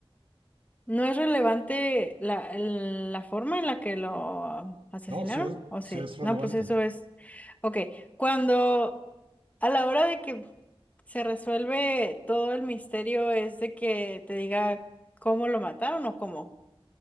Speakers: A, on the left; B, on the right.
A: ¿No es relevante la, el- la forma en la que lo asesinaron?
B: no, sí es,
A: ¿O sí?
B: sí es relevante.
A: No, pues eso es. Ok, cuando a la hora de que se resuelve todo el misterio es de que te diga cómo lo mataron o cómo.